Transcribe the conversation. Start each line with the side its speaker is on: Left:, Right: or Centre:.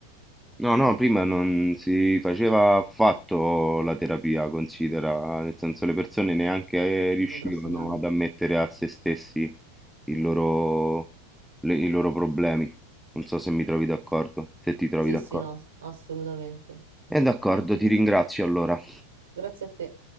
Centre: No, no, prima non si faceva affatto la terapia, considera, nel senso le persone neanche riuscivano
Right: nei prossimi anni.
Centre: ad ammettere a se stessi il loro- le- i loro problemi. Non so se mi trovi d'accordo, se ti trovi
Right: Sì,
Centre: d'accordo.
Right: sì, no, ass- assolutamente.
Centre: E d'accordo, ti ringrazio allora.
Right: Grazie a te.